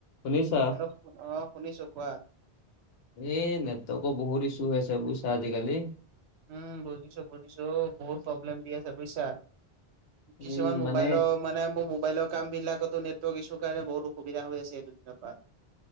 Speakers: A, on the left (about 70°); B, on the right (about 80°).
A: শুনিছা
B: হেল্ল' আহ শুনিছো কোৱা।
A: এ নেটৱৰ্কৰ বহুত ইছ্যু আছে বুজিছা আজিকালি।
B: উম বুজিছো বুজিছো অও বহুত প্ৰব্লেম দি আছে বুজিছা।
A: উম
B: কিছুমান মোবাইলৰ
A: মানে
B: মানে মোৰ মোবাইলৰ। কাম বিলাকতো নেটৱৰ্ক ইছ্যু কাৰণে বহুত অসুবিধা হৈ আছে এই দুদিনৰ পৰা।